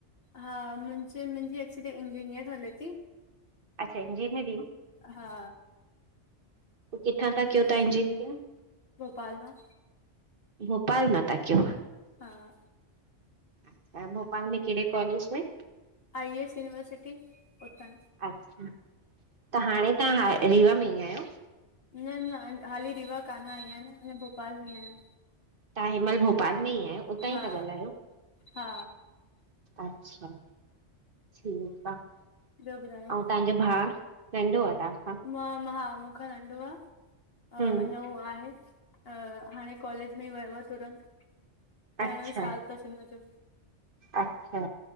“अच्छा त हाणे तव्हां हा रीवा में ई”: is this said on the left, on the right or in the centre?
Right